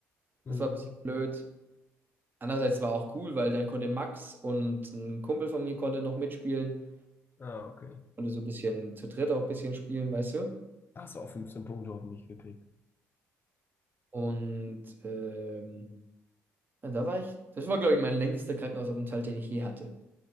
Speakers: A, on the left (about 40°); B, on the right (about 35°).
A: Mhm.
B: Das war ein bisschen blöd. Andererseits war auch cool, weil dann konnte Max und ein Kumpel von mir konnte noch mitspielen.
A: Ah, okay.
B: Konnte so ein bisschen zu dritt auch ein bisschen spielen, weißt du?
A: Da Hast du auch 15 Punkte auf mich gekriegt?
B: Und ähm, ja, da war ich, das war, glaube ich, mein längster Krankenhausaufenthalt, den ich je hatte.